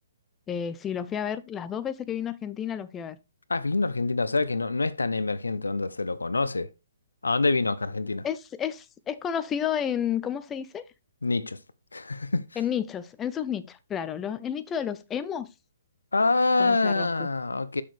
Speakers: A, on the left; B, on the left.
A: Eh, sí, lo fui a ver, las dos veces que vino a Argentina lo fui a ver.
B: Ah, vino a Argentina, o sea que no, no es tan emergente donde se lo conoce. ¿A dónde vino acá a Argentina?
A: Es, es, es conocido en, ¿cómo se dice?
B: Nichos. <laughs>
A: En nichos, en sus nichos, claro. Los, el nicho de los emos
B: Ah,
A: conoce a Roju.
B: ok,